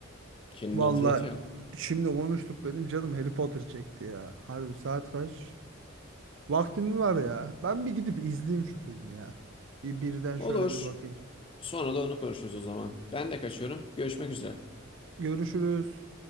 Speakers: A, on the left (about 25°); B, on the right (about 65°).
A: Kendini
B: valla
A: hatırlatıyor.
B: şimdi konuştuk benim canım Harry Potter çekti ya. Harbi saat kaç? Vaktim var ya. Ben bir gidip izleyeyim şu filmi ya. Bir birden
A: Olur.
B: şöyle bir bakayım.
A: Sonra da onu konuşuruz o zaman. Ben de kaçıyorum. Görüşmek üzere.
B: Görüşürüz.